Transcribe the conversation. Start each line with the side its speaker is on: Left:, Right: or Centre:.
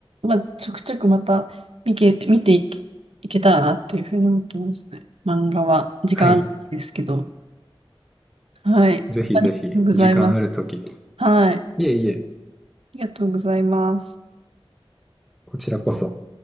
Right: まあ、ちょくちょくまた見け、見ていけ、いけたらなっていうふうに思ってますね。漫画は、時間ある時ですけど。
Centre: はい。
Right: はい。
Centre: ぜひぜひ、
Right: ありがとうございます。
Centre: 時間あるときに。
Right: はい。あ
Centre: いえいえ、
Right: りがとうございます。
Centre: こちらこそ。